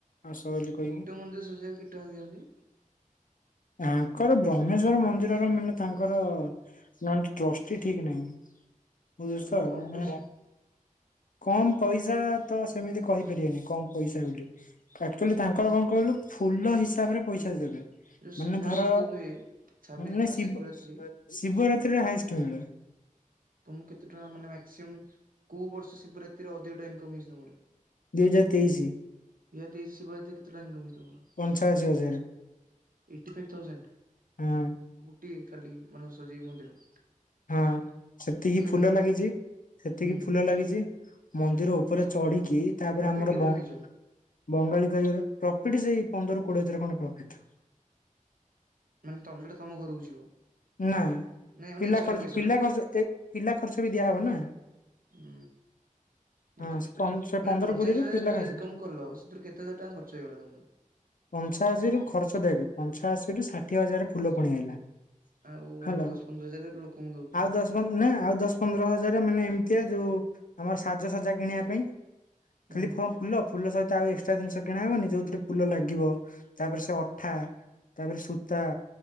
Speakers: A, on the left; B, on the right.
A: ଆସ ବୋଲି କହିକି
B: ଗୋଟିଏ ମନ୍ଦିର ସଜେଇ ଆକୁ କେଟ ଟଙ୍କା ଦିଅନ୍ତି?
A: ତାଙ୍କର ବ୍ରହ୍ମେଶ୍ଵର ମନ୍ଦିରର ମାନେ ତାଙ୍କର ନା ଟ୍ରଷ୍ଟି ଠିକ ନାଇଁ, <unintelligible>
B: ମାନେ କମ ପଇସା
A: କମ ପଇସା ତ ସେମିତି କହିପାରିବାନି କମ ପଇସା ବୋଲି। ଆକ୍ଚୁଆଲି ତାଙ୍କର କଣ କହିଲୁ ଫୁଲ ହିସାବରେ ପଇସା ଦେବେ।
B: ଯୋଉ ଶିବରାତ୍ରି
A: ମାନେ ଧର
B: ହୁଏ ସାବିତ୍ରୀ
A: ମାନେ ଶିବ
B: ଶିବରାତ୍ରି
A: ଶିବରାତ୍ରିରେ ହାଏଷ୍ଟ ମିଳେ।
B: ତମକୁ କେତେ ଟଙ୍କା ମାନେ ମ୍ୟାକ୍ସି ଅମ କୋଉ ବର୍ଷ ଶିବରାତିରେ ଅଧିକଟା ଇନକମ୍ ହେଇଛି ତମର? <unintelligible>
A: ଦୁଇ ହଜାର ତେଇଶି
B: କେତେ ଟଙ୍କା ଇନ୍କମ୍ ହେଇଚି ତମର?
A: ପଞ୍ଚାଅଶୀ ହଜାର
B: ଏଇଟି ଫାଇଭ୍ ଥାଉଜେଣ୍ଡ
A: ହଁ
B: ଗୋଟିଏ ଖାଲି ମାନେ ସଜେଇ ମନ୍ଦିର?
A: ହଁ ସେତିକି
B: ମାନେ
A: ଫୁଲ
B: ଗୋ
A: ଲାଗିଚି। ସେତିକି
B: ହୁଁ
A: ଫୁଲ ଲାଗିଚି ମନ୍ଦିର
B: ହଁ
A: ଉପରେ ଚଢିକି ତାପରେ
B: ପ୍ରଫିଟ୍
A: ଆମର
B: କେତେ
A: ବ
B: ରଖିଛ?
A: ବଙ୍ଗାଳୀ କରିବାର ପ୍ରଫିଟ ସେଇ ପନ୍ଦର କୋଡିଏ ହଜାର ଖଣ୍ଡେ ପ୍ରଫିଟ।
B: ମାନେ ତ ଯୋଉଟା ତମ ଘରକୁ ଯିବ
A: ନା।
B: ନାଇଁ ମାନେ
A: ପିଲା
B: ଏକ୍ସଟ୍ରା
A: ଖର୍
B: ପଇସା
A: ପିଲା
B: ଯୋଉଟା
A: ଖର୍ଚ୍ଚ ଏ ପିଲା ଖର୍ଚ୍ଚ ବି ଦିଆହବ ନା।
B: ହୁଁ ବୁଝୁଛି।
A: ହଁ ସେ ସେ
B: ମାନେ
A: ପନ୍ଦର
B: ପଞ୍ଚାଅଶୀ
A: କୋଡିରୁୁ
B: ହଜାର
A: ପିଲା
B: ଯୋଉ
A: ଆସି।
B: ଇନକମ୍ କଲ ସେଥିରୁ କେତେ ହଜାର ଟଙ୍କା ଖର୍ଚ୍ଚ ହେଇଗଲା ତମର?
A: ପଞ୍ଚାଅଶୀରୁୁ ଖର୍ଚ୍ଚ ଦେଖେ ପଞ୍ଚାଅଶୀରୁ ଷାଠିଏଜାର ଫୁଲ ପଳି ଆଇଲା।
B: ଆଉ
A: ହେଲା।
B: ଦଶ ପନ୍ଦର ହଜାର ଲୋକଙ୍କୁ ଦଉଥିବ।
A: ଆଉ ଦଶ ପନ ନା ଆଉ ଦଶ ପନ୍ଦର ହଜାର ମାନେ ଏମିତିଆ ଯୋଉ ଆମର ସାଜସଜା କିଣିବା ପାଇଁ।
B: ହୁଁ
A: ଖାଲି ଫ ଫୁଲ ଫୁଲ ସହିତ ଆଉ ଏ କ୍ସଟ୍ରା ଜିନିଷ କିଣା ହେବନି ଯୋଉଥିରେ ଫୁଲ ଲାଗିବ ତାପରେ ସେ ଅଠା। ତାପରେ ସୂତା